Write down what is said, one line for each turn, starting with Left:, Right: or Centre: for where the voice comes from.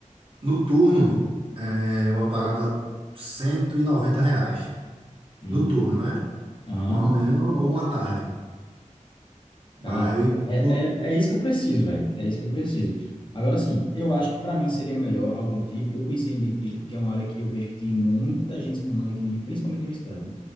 Right: no turno, é, eu pagava R$ cento e noventa reais.
Left: Hum,
Right: Noturno, né?
Left: Aham.
Right: Uma manhã ou uma tarde. Mas.
Left: Cara, é,
Right: o- o-
Left: é, é isso que eu preciso, velho. É isso que eu preciso. Agora, assim, eu acho que para mim seria melhor algo do tipo. Eu pensei em dentista porque é uma área que eu vejo que tem muita gente se formando aqui, na minha- principalmente na minha cidade, né?